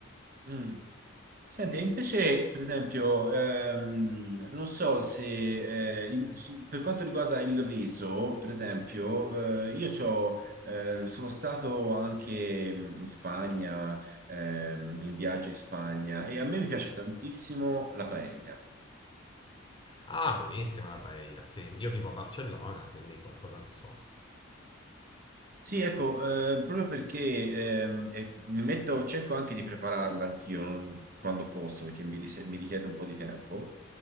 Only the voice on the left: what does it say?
Ah, buonissima la paella, sì. Io vivo a Barcellona, quindi qualcosa ne so.